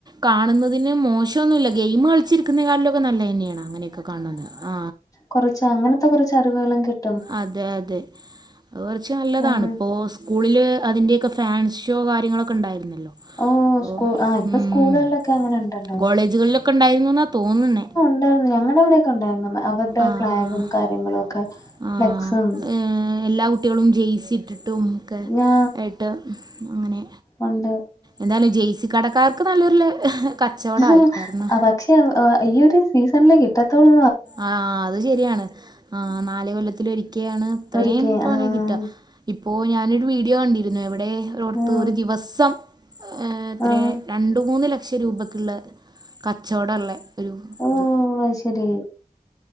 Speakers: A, on the right (about 30°); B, on the left (about 25°).
A: കാണുന്നതിന് മോശൊന്നുല്ല.. ഗെയിം കളിച്ചി നോക്കുന്നകളിലൊക്കെ നല്ലതന്നെയാണ് അങ്ങനെയൊക്കെ കാണുന്നത് ആ...
B: കുറച്ച് അങ്ങനത്തെ കുറച്ച് അറിവുകളും കിട്
A: അതെ അതെ അത് കുറച്ച് നല്ലതാണ്
B: ആഹ്
A: ഇപ്പോ സ്കൂ സ്കൂളിൽ അതിൻ്റെയൊക്കെ ഫാൻസ് ഷോ കാര്യങ്ങളൊക്കെ ഉണ്ടായിരുന്നല്ലോ
B: ഓഹ് സ്കൂ
A: ഒഹ്..
B: ആഹ് ഇപ്പൊ
A: ഉം..
B: സ്കൂളുകളിലൊക്കെ അങ്ങനെ ഉണ്ടല്ലോ
A: കോളേജുകളിലൊക്കെ ഉണ്ടായിരുന്നുന്നാ തോന്നുന്നെ
B: ണ്ടയിരുന്നു.. ഞങ്ങളടെ ഇവിടെയൊക്കെ ഉണ്ടായിരുന്നു അവരുടെ
A: ആഹ്
B: ഫ്ളാഗും കാര്യങ്ങളും ഒക്കെ
A: ആഹ്...
B: ഫ്ലെക്സും
A: എല്ലാ കുട്ടികളും ജയ്‌സി ഇട്ടിട്ടും ക്കെ..
B: ഞാ
A: ആയിട്ട് അങ്ങനെ..
B: ഉണ്ട്
A: എന്തായാലും ജയ്‌സി കടക്കാർക്ക് നല്ലൊരു കച്ചോടായി..
B: ആഹ്
A: ത്രെന്നെ
B: പക്ഷെ ഈ ഒരു സീസണില് കിട്ടത്തൊള്ളൂ
A: ആ അത് ശരിയാണ്.. ആ നാല് കൊല്ലത്തില ഒരിക്കയാണ് ഇത്രയും
B: ഒരിക്കെ
A: തോനെ
B: ആഹ്
A: കിട്ടാ... ഇപ്പോൊ ഞാനൊരു വീഡിയോ കണ്ടിരുന്നു എവിടെ രോർത്ത്
B: ആഹ്
A: ഒരു ദിവസം ഏഹ് എത്രയ
B: ആഹ്
A: രണ്ട് മൂന്ന് ലക്ഷം രൂപയ്ക്കുള്ള കച്ചവടള്ള ഒരു
B: ഓഹ്
A: ഇത്
B: അത് ശരി